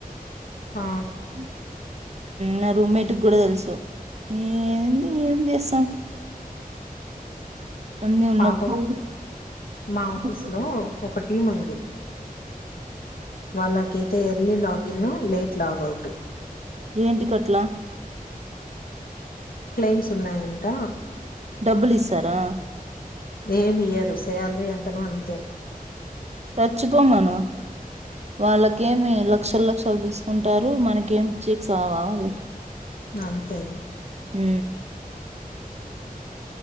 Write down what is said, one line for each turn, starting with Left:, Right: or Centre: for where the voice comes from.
Left: ఆ
Right: హ్మ్. నా రూమ్మేట్ కి కూడా తెలుసు ఏంది ఏం చేస్తాం అన్నిీ ఉన్నప్పుడు
Left: పాపం మా ఆఫీస్
Right: అ
Left: లో ఒక టీం ఉంది వాళ్ళకైతే ఎర్లీ లాగిన్ లేట్ లాగౌట్
Right: ఏంటి కట్లా
Left: క్లెయిమ్స్ ఉన్నాయంట
Right: డబ్బులు ఇస్తారా
Left: ఏమి ఇయ్యదు శాలరీ ఎంతనో అంతే
Right: సచ్చిపో మన వాళ్ళకేమి లక్షలు లక్షలు తీసుకుంటారు మనకేమి చెక్స్ అవా వాళ్ళకి
Left: అంతే
Right: హ